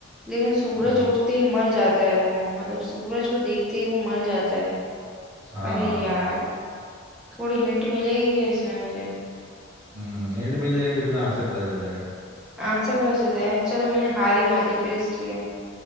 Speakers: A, in the centre; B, on the right.
A: लेकिन सूरज
B: हम्म
A: उठते ही मर जाता है वो मतलब सूरज को देखते ही वो मर जाता है
B: हाँ
A: अरे यार थोड़ी हिंट मिलेगी क्या इसमें मुझे
B: हम्म हिंट मिल जाएगी तो फिर तो आंसर पता चल जाएगा
A: आंसर पता चल है चलो मैंने हार ही मान ली फिर इसलिए